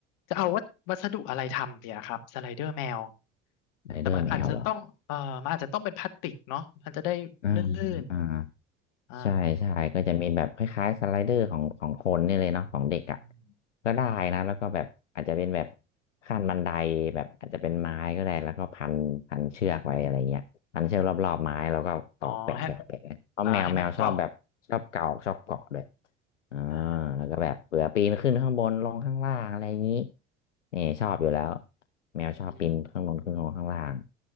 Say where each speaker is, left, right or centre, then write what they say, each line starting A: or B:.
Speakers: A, on the left (about 60°); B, on the left (about 80°).
A: จะเอาวัสวัสดุอะไรทำเดียครับสไลเดอร์แมว
B: ไรเดอร์แมวเหรอ
A: แต่มันอาจจะต้องเออมันอาจจะต้องเป็นพลาสติกเนาะมันจะได้ลื่น
B: อ่าอ่า
A: ๆอ่า
B: ใช่ใช่ก็จะมีแบบคล้ายๆสไลเดอร์ของของคนนี่เลยเนาะของเด็กอ่ะ
A: อม
B: ก็ได้นะแล้วก็แบบอาจจะเป็นแบบขั้นบันไดแบบอาจจะเป็นไม้ก็ได้แล้วก็พันพันเชือกไว้อะไรเงี้ยพันเชือกรอบๆไม้แล้วก็ตอกแปะแปะแปะเพราะแมวแมวชอบแบบชอบเกาะชอบเกาะด้วย
A: อ๋อให้อ่าให้มันเกาะ
B: อ่า
A: อ่า
B: แล้วก็แบบเผื่อปีนขึ้นข้างบนลงข้างล่างอะไรอย่างนี้นี่ชอบอยู่แล้วแมวชอบปีนข้างบนขึ้นลงข้างล่าง
A: อืม